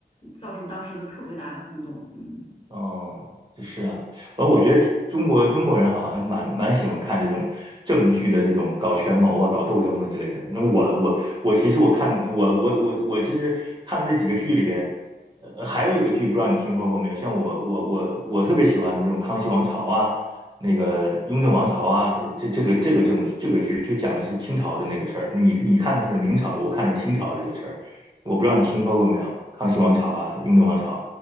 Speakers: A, on the left; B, on the right.
A: 造成当时的特别大的轰动，嗯。
B: 哦，是啊，反正我觉得中国中国人好像蛮蛮喜欢看这种政剧的这种搞权谋啊、搞斗争的之类的。那我我我其实我看我我我我其实看了这几个剧里边，呃，还有一个剧不知道你听说过没有？像我我我我特别喜欢的这种《康熙王朝》啊，那个《雍正王朝》啊，这这这个这个正这个剧就讲的是清朝的那个事儿。你你看的是明朝的，我看的是清朝的这个事儿。我不知道你听说过没有，《康熙王朝》啊，《雍正王朝》。